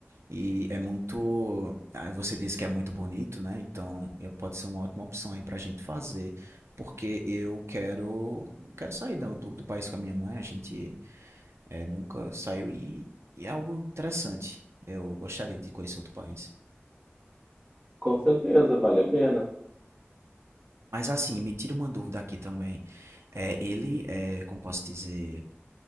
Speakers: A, on the right; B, on the right.
A: E é muito. ah, Você disse que é muito bonito, né? Então, eu- pode ser uma ótima opção aí pra gente fazer. Porque eu quero. Eu quero sair do, do, do país com a minha mãe. A gente É, nunca saiu e, e é algo interessante. Eu gostaria de conhecer outro país.
B: Com certeza, vale a pena.
A: Mas assim, me tira uma dúvida aqui também. É, ele é, como posso dizer,